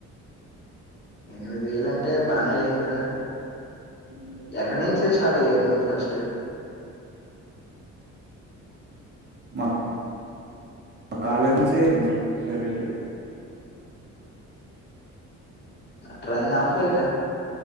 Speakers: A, on the left; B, on the right.
A: ఎనిమిది వేలంటే బానే అయ్యిందిరా
B: చడి
A: ఎక్కడి నుంచి స్టార్ట్ అయ్యారు మీరు ఫస్ట్
B: మ కాలేజీ నుంచి డైరెక్ట్ గా
A: ట్రైన్ ఆ ఫ్లైట్ ఆ